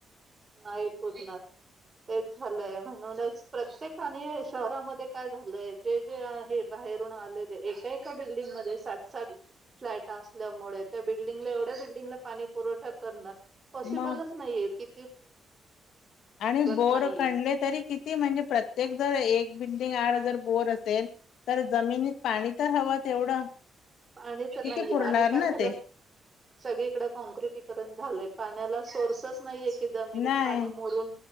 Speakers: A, on the right; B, on the left.
A: नाही पुरण तेच झालंय म्हणूनच प्रत्येकाने शहरामध्ये काय झालंय जे जे आहे बा र आ एका एका बिल्डिंगमध्ये साातात फ्लॅट असल्यामुळे त्या बिल्डिंगला एवढे बिल्डंग पाणी पुरठा कर पसिबलच
B: मग
A: नाहीये क
B: आणि बोर
A: नाहीये
B: काणले तरी किती म्हणजे प्रत्येक जर एक बिल्डिंग आड जर बोर असेल तर जमिनीत पाणी तर हवं तेवढं
A: पाच
B: किती
A: नाहीये
B: पुरणार
A: आणि काय
B: ना
A: झालंय
B: ते
A: सगळीकडे कॉँक्रिटीकरण झालय पाण्याला सोर्सच नाहीये की जमिनीत
B: नाही
A: पाणी मोरून